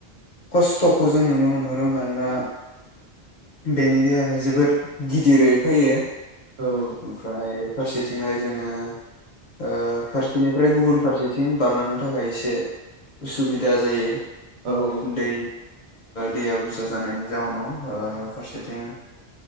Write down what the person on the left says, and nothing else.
खस्थ'खौ जों नुनो मोनहरो मानोना बेनि देआ जोबोर गिदिरै फैयो
ओमफ्राय फारसेथिंहाय जोङो ओ फारसेनिफ्राय गुबुन फारसेथिं बारलांनो थाखाय एसे उसुबिदा जायो।
दै दैया बुरजा जानायनि जावनाव फारसेथिं